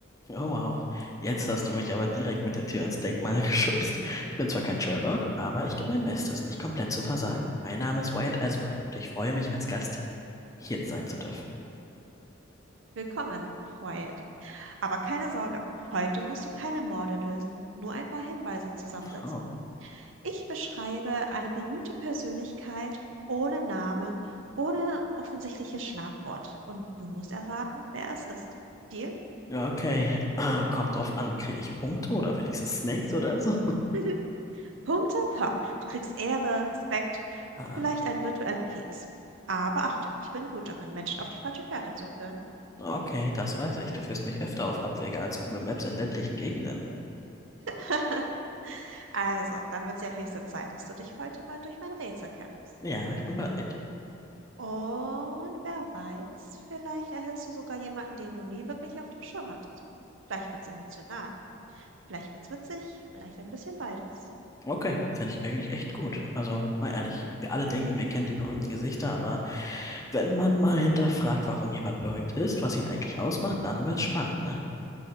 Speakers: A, on the left (about 15°); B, on the right (about 70°).
A: Oh wow, jetzt hast du mich aber direkt mit der Tür ins Denkmal <laughs> geschubst. Ich bin zwar kein Sherlock, aber ich gebe mein Bestes, nicht komplett zu versagen. Mein Name ist Wyatt Asverin und ich freue mich, als Gast hier sein zu dürfen.
B: Willkommen, Wyatt. Aber keine Sorge, heute musst du keine Morde lösen, nur ein paar Hinweise zusammensetzen.
A: Oh.
B: Ich beschreibe eine berühmte Persönlichkeit ohne Namen, ohne offensichtliche Schlagworte und du musst erraten, wer es ist. Deal?
A: Ja, Okay, ah, kommt drauf an, kriege ich Punkte oder wenigstens Snacks oder so?
B: <laughs> Punkte? Pah, du kriegst Ehre, Respekt,
A: Ah,
B: vielleicht einen virtuellen Keks. Aber Achtung, ich bin gut darin, Menschen auf die falsche Fährte zu führen.
A: okay, das weiß ich. Du führst mich öfter auf Abwege als Google Maps in ländlichen Gegenden.
B: <laughs> Also, dann wird es ja höchste Zeit, dass du dich heute mal durch mein Rätsel kämpfst.
A: Ja, ich bin bereit.
B: Und wer weiß, vielleicht erhältst du sogar jemanden, den du nie wirklich auf dem Schirm hattest. Vielleicht wird's emotional, vielleicht wird's witzig, vielleicht ein bisschen beides.
A: Okay, finde ich eigentlich echt gut. Also, mal ehrlich, wir alle denken, wir kennen die berühmten Gesichter, aber wenn man mal hinterfragt, warum jemand berühmt ist, was ihn eigentlich ausmacht, dann wird's spannend, ne?